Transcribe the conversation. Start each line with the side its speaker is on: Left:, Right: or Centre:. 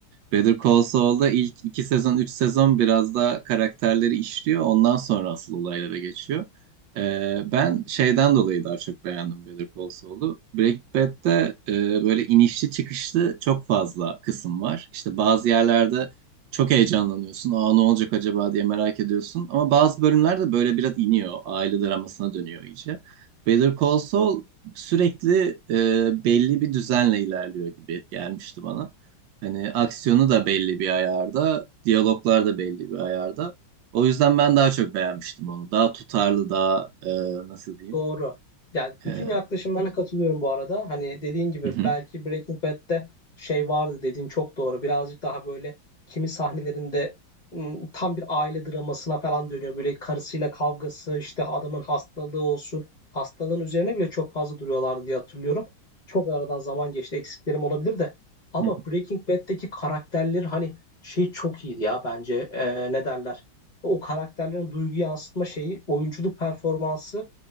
Right: Better Call Saul'da ilk iki sezon, üç sezon biraz daha karakterleri işliyor. Ondan sonra asıl olaylara geçiyor. E, ben şeyden dolayı daha çok beğendim Better Call Saul'u. Breaking Bad'de e, böyle inişli çıkışlı çok fazla kısım var. İşte bazı yerlerde çok heyecanlanıyorsun. Aa ne olacak acaba diye merak ediyorsun. Ama bazı bölümler de böyle biraz iniyor. Aile dramasına dönüyor iyice. Better Call Saul sürekli e, belli bir düzenle ilerliyor gibi gelmişti bana. Hani aksiyonu da belli bir ayarda, diyaloglar da belli bir ayarda. O yüzden ben daha çok beğenmiştim onu. Daha tutarlı, daha e, nasıl diyeyim?
Left: Doğru. Yani bütün
Right: E,
Left: yaklaşımlarına katılıyorum bu arada. Hani dediğin gibi
Right: Hı
Left: belki Breaking Bad'de şey vardı dediğin çok doğru. Birazcık daha böyle kimi sahnelerinde ım, tam bir aile dramasına falan dönüyor. Böyle karısıyla kavgası, işte adamın hastalığı olsun. Hastalığın üzerine bile çok fazla duruyorlardı diye hatırlıyorum. Çok aradan zaman geçti. Eksiklerim olabilir de. Ama
Right: hı.
Left: Breaking Bad'deki karakterler hani şey çok iyiydi ya bence. Ee, ne derler? O karakterlerin duygu yansıtma şeyi, oyunculuk performansı